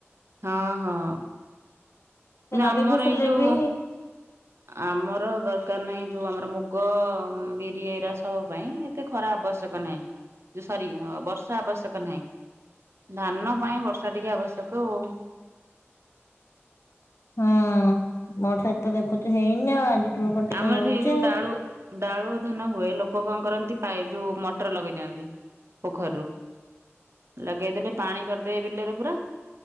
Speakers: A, on the right; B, on the left.
A: ହଁ, ହଁ।
B: ସେ
A: ନୁ ଆମର
B: ରବି ଫସଲରେ
A: ଏଇ ଯୋଉ
B: ବି
A: ଆମର ଦରକାର ନାହିଁ ଯୋଉ ଆମର ମୁଗ, ବିରି ଏଇରା ସବୁ ପାଇଁ ତେ ଖରା ଆବଶ୍ୟକ ନାହିଁ ଯେ ସରି ବର୍ଷା ଆବଶ୍ୟକ ନାହିଁ। ଧାନ ପାଇଁ ବର୍ଷା ଟିକେ ଆବଶ୍ୟକ ଉ।
B: ହୁଁ ମୋ ଠାରେ ତ ଦେଖୁଚୁ ହେଇନି ଆଉ ଆଜିଠୁ ମେଘ ଟିକେ
A: ଆମର
B: ହଉଚି
A: ଏଠି ଯୋଉ
B: ଆଉ?
A: ଡାଳୁ ଡାଳୁଅ ଧାନ ହୁଏ ଲୋକ କଁ କରନ୍ତି ପାଇ ଯୋଉ ମଟର ଲଗେଇ ଦିଅନ୍ତି। ପୋଖରୀରୁ ଲଗେଇଦେଲେ ପାଣି କରିଦେଇ ବିଲରେ ପୁରା